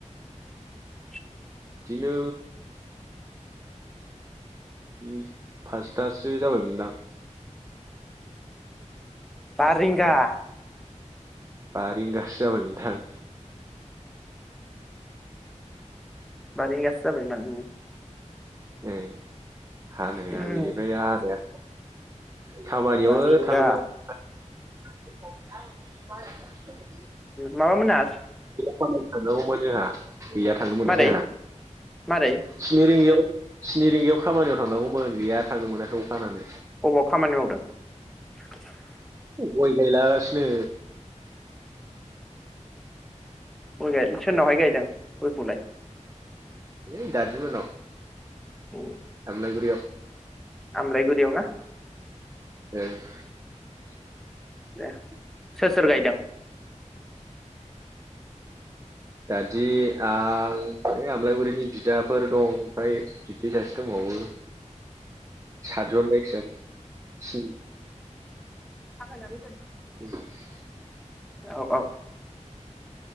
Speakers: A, in the centre; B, on the right.
A: <unintelligible>
B: दिनो उम पास्तासो जाबायमोनदां।
A: <inaudible> बा रिंगा।
B: हानाया बा रिंगासो जाबायमोनदां।
A: बा रिंगासो जाबायमोन उम।
B: ए हानाया
A: उम
B: बेनिफ्राय हानाया खामानियावनो
A: बा रिंगा
B: थांनोमोना <unintelligible>
A: माबामोना स
B: <unintelligible> थांनांगौमोन जोंहा गैया थांनो मोनाखै
A: मारै
B: आंहा
A: मारै
B: स्नि रिंगायाव स्नि रिंगायाव खामानियाव थांनांगौमोन गैया थांनो मोनाखै अ हानानै।
A: अबाव खामानि मावदों <inaudible>
B: गय गायलागासिनो।
A: गय गायदों। सोरनावहाय गायदों गयखौलाय?
B: ऐ दादि मोननाव।
A: <inaudible>
B: आमलाइगुरियाव।
A: आमलाइगुरियाव ना?
B: <unintelligible>
A: ए सोर सोर गायदों?
B: दादि आं ऐ आमलाइगुरिनि बिदाफोर दं ओमफ्राय <unintelligible> दंबावो साद जन जायखिजाया स्नि
A: थाबायनानै फै।
B: <inaudible>
A: औ औ।